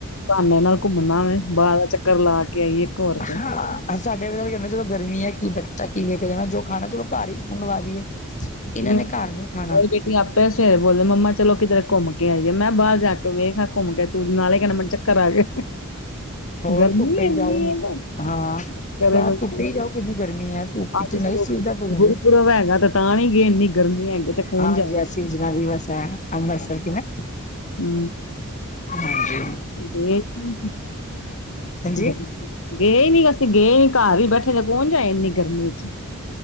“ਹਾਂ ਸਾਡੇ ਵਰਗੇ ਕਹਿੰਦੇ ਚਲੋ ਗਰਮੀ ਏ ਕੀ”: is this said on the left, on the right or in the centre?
Left